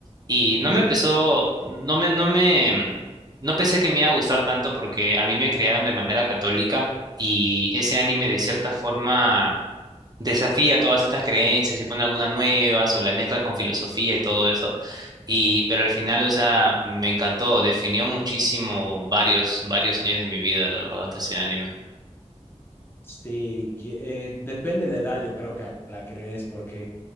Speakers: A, on the right; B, on the left.
A: Y no me empezó, no me, no me, no pensé que me iba a gustar tanto porque a mí me criaron de manera católica y ese anime de cierta forma desafía todas estas creencias y pone algunas nuevas o la mezcla con filosofía y todo eso. Y, pero al final, o sea, me encantó, definió muchísimo varios, varios años de mi vida, la verdad, ese anime.
B: Sí, qui- eh, depende la edad, yo creo que a la que le ves, porque